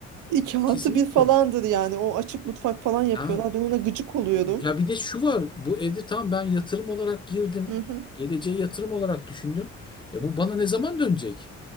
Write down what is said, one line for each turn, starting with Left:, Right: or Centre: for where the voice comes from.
Right: İki artı
Left: Kesinlikle
Right: bir falandır
Left: yok.
Right: yani. O açık mutfak falan yapıyorlar.
Left: Ya
Right: Ben ona gıcık oluyorum.
Left: Ya bir de şu var. Bu evde tamam ben yatırım olarak girdim.
Right: Hı hı.
Left: Geleceğe yatırım olarak düşündüm. Ya bu bana ne zaman dönecek?